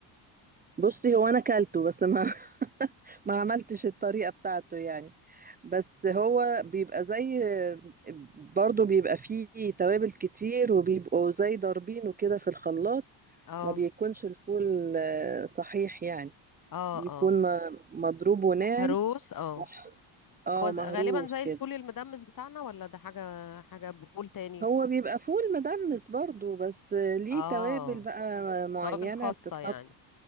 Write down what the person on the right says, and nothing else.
بصي هو انا كلته بس ما <laughs> ما عملتش الطريقة بتاعته يعني بس هو بيبقى زي برضو بيبقى فيه توابل كتير وبيبقوا زي ضاربينه كده في الخلاط
ما بيكونش الفول آه، صحيح يعني
بيكون
م- مضروب وناعم
وح- اه
مهروس
كده
هو بيبقى فول مدمس برضو بس ليه
توابل بقى معينة
بتتحط